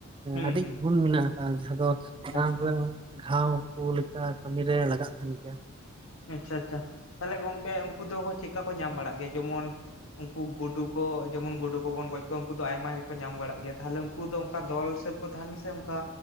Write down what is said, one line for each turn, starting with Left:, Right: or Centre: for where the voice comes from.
Left: ᱦᱩᱸ
Right: ᱟᱹᱰᱤ
Left: ᱦᱩᱸ
Right: ᱜᱩᱱ ᱢᱮᱱᱟᱜ ᱟᱠᱟᱜᱼᱟ ᱾ ᱡᱟᱦᱟᱸ
Left: ᱟᱪᱪᱷᱟ
Right: ᱫᱚ ᱨᱟᱱ ᱨᱮ ᱜᱷᱟᱣ ᱠᱚ ᱞᱮᱠᱟ ᱠᱟᱹᱢᱤᱨᱮ ᱞᱟᱜᱟᱜ ᱛᱟᱦᱮᱱ ᱜᱮᱭᱟ᱾
Left: ᱟᱪᱪᱷᱟ, ᱟᱪᱪᱷᱟ, ᱛᱟᱦᱚᱞᱮ ᱜᱚᱝᱠᱮ ᱩᱝᱠᱩ ᱫᱚ ᱪᱮᱜᱠᱟ ᱠᱚ ᱧᱟᱢ ᱵᱟᱲᱟᱜ ᱜᱮᱭᱟ? ᱡᱮᱢᱚᱱ, ᱩᱝᱠᱤ ᱜᱳᱰᱳ ᱠᱚ ᱡᱮᱢᱚᱱ ᱜᱳᱰᱳ ᱠᱚᱵᱚᱱ ᱜᱚᱡ ᱠᱚᱣᱟ ᱩᱝᱠᱩ ᱫᱚ ᱟᱭᱢᱟ ᱜᱮᱠᱚ ᱧᱟᱢ ᱵᱟᱲᱟᱜ ᱜᱮᱭᱟ ᱛᱟᱦᱚᱞᱮ ᱤᱝᱠᱩ ᱫᱚ ᱚᱝᱠᱟ ᱫᱚᱞ ᱦᱤᱥᱟᱹᱵᱽ ᱠᱚ ᱛᱟᱦᱮᱱᱟ ᱥᱮ ᱚᱝᱠᱟ